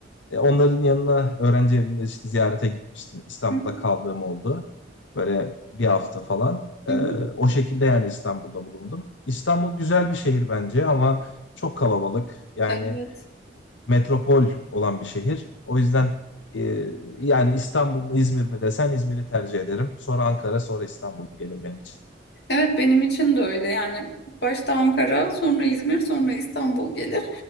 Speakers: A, on the left; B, on the left.
A: E, onların yanına öğrenci evinde işte ziyarete gitmiştim. İstanbul'da
B: hı hı.
A: kaldığım oldu. Böyle bir hafta falan. E,
B: Hı hı.
A: o şekilde yani İstanbul'da bulundum. İstanbul güzel bir şehir bence ama çok kalabalık. Yani
B: Evet.
A: metropol olan bir şehir. O yüzden ee, yani İstanbul mu İzmir mi desen İzmir'i tercih ederim. Sonra Ankara, sonra İstanbul gelir benim için.
B: Evet benim için de öyle yani başta Ankara sonra İzmir sonra İstanbul gelir.